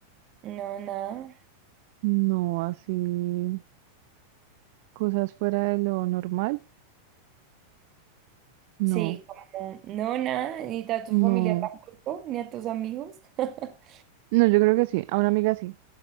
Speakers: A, on the right (about 35°); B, on the right (about 50°).
A: no, nada.
B: no, así cosas fuera de lo normal, no,
A: Sí, como, no, nada, ni a tu
B: no,
A: familia tampoco, ni a tus amigos. <laughs>
B: no, yo creo que sí, a una amiga sí.